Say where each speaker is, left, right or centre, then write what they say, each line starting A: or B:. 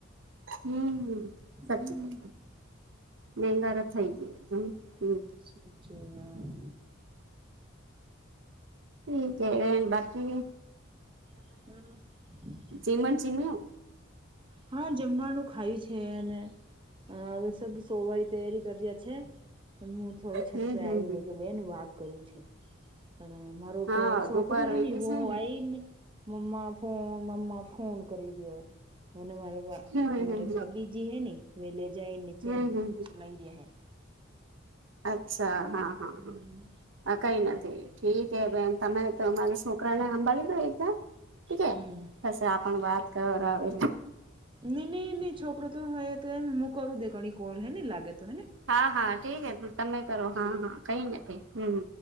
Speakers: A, on the right; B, on the right.
A: હમ્મ. સાચી
B: હમ
A: બેન મહેંગારત થઈ ગયો હે <unintelligible>
B: સુજે આમ.
A: ઠીક હૈ એય બાકી
B: <inaudible>
A: જેમન જીમ્યો?
B: હા જમવાનું ખાય છે, અને હવે સબ સોવાય તૈયારી કર્યા છે હું થોડી છત
A: હમ
B: પે
A: હમ
B: આવીઈને
A: હમ
B: બેન હું વાત કરું છે પણ મારો
A: હા
B: તો છોકરોું
A: દુપાર
B: હે
A: વેગી
B: ને એવું
A: છે
B: આઈને મમા ફોન મમા ફોન કરી રહ્યોય અને મારે
A: ને
B: મારે ભાભીજી હે ને લે જાય નીચે
A: હમ હમ હમ
B: લઈ રહ્યા હે
A: અચ્છા હા હા
B: હમ.
A: હા હ કઈ નથી ઠીક હૈ બેન તમે તમારા છોકરાને સાંભાળી લો એકવાર ઠીક હૈ
B: હમ
A: પછે આપણ વાત કર આવે
B: ન નહી નહી છોકરો તો હ તો એ હું કરું દે ઘણી કોલ હે ને લાગે તો હેને
A: હા હા ઠીક હ તમે કરો હા હા કઈ નથી હમ